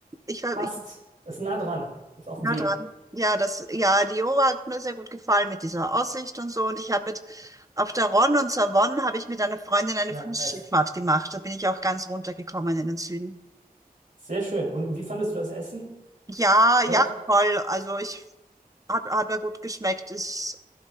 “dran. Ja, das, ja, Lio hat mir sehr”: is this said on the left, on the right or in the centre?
Right